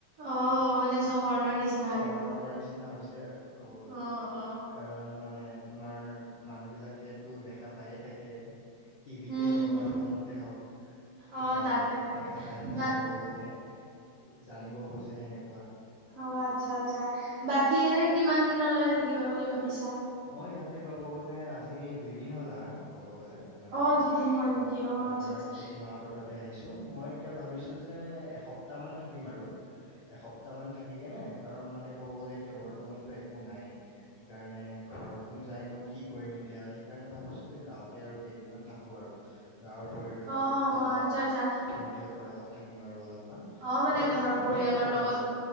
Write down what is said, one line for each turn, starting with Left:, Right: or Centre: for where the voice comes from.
Right: অ অ মানে চহৰৰ নিচিনা
Left: চহৰৰ
Right: আৰু
Left: নিচিনা হৈছ ছে আৰু ক'ব গ'লে
Right: অ অ
Left: কাৰণ মানে তোমাৰ মানুহ বিলাকেতো দেখা পায়ে থাকে টিভিতে
Right: উম
Left: হওক
Right: হম
Left: বা ফোনতে হওক সেইকাৰণে
Right: অ তাকে তাকে
Left: দেখা পাই পাই
Right: বা
Left: ক'ব গ'লে জানিব খোজে সেনেক
Right: অ আচ্ছা আচ্ছা বাকী এনে কিমান দিনলৈ থাকিবা বুলি ভাবিছা
Left: মই ইয়াতে ক'ব গ'লে আজি দুইদিন হ'ল আহা ক'ব গ'লে মই
Right: অ
Left: আহা
Right: দুদিন হ'ল নেকি
Left: আহ
Right: অ
Left: আমাৰ
Right: আচ্ছা আচ্ছা
Left: জেঠমাহঁতৰ তাত তে আহিছোঁ মই এতিয়া ভাবিছোঁ যে এসপ্তাহমান থাকিম আৰু এসপ্তাহ মান থাকি কেনে কাৰণ মানে ক'ব গ'লে এতিয়া বৰ্তমানতো একো নাই সেইকাৰণে ঘৰতনো যায় নো কি কৰিম এতিয়া সেইকাৰণে ভাবিছো যে গাঁওঁতে আৰু কেইদিনমান থাকো আৰু গাঁৱৰ পৰিৱেশত
Right: অ
Left: দাদা
Right: অ আচ্ছা আচ্ছা
Left: ভন্টিহঁতৰ লগত থাকিম আৰু অলপ মান
Right: অ মানে
Left: আৰু
Right: ঘৰৰ
Left: এসপ্তাহ
Right: পৰিয়ালৰ
Left: পিছত যাম
Right: লগত
Left: আৰু